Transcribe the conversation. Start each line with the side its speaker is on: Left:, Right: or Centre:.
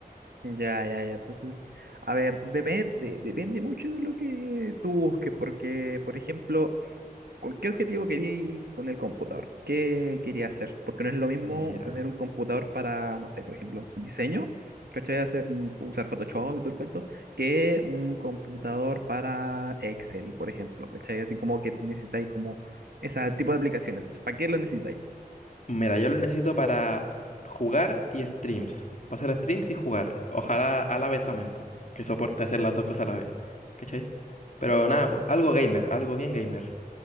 Right: Ya, ya, ya. Entonces, a ver, depende, depende mucho de lo que tú busques, porque, por ejemplo, ¿Con qué objetivo quería ir con el computador? ¿Qué quería hacer? Porque no es lo mismo
Left: Mira,
Right: tener un computador para, no sé, por ejemplo, diseño, ¿cachai? Hacer, usar Photoshop y todo el cuento, que un computador para Excel, por ejemplo, ¿cachai? Así como que necesitáis como ese tipo de aplicaciones. Entonces, ¿para qué lo necesitáis?
Left: mira, yo lo necesito para jugar y streams. Para hacer streams y jugar. Ojalá a la vez también, pues, que soporte hacer las dos cosas a la vez. ¿Cachai? Pero nada, algo gamer, algo bien gamer.